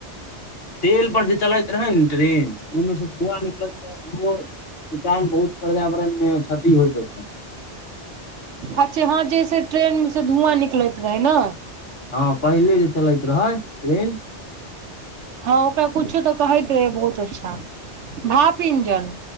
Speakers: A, on the left; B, on the right.
A: तेल पर जे चलैत रहइ ने ट्रेन ओइमे से धुवां निक <unintelligible> कारण बहुत पर्यावरण मे क्षति होइत रहै।
B: अच्छा हँ जेैसे ट्रेन म से धुआँ निकलैत रहै नऽ।
A: हँ पहिले जे चलैत रहइ ट्रेन,
B: हँ ओकरा कुछो तऽ कहैत रहै बहुत अच्छा भाप इंजन।